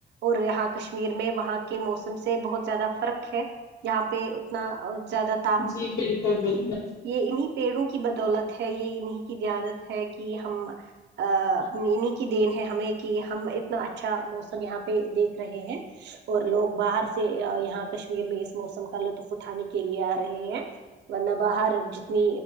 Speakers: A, on the right; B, on the left.
A: اور یہاں کشمیر میں وہاں کے موسم سے بہت زیادہ فرق ہے یہاں پہ اتنا زیادہ تا
B: جی بالکل بالکل
A: یہ انہیں پیڑوں کی بدولت ہے یہ انہیں کی دیانت ہے کہ ہم ا انہیں کی دین ہے ہمیں کہ ہم اتنا اچھا اچھا موسم یہاں پہ دیکھ رہے ہیں اور لوگ باہر سے یہا کشمیر میں اس موسم کا لطف اٹھانے کے لیے آہے ہیں ورنہ باہر جتنی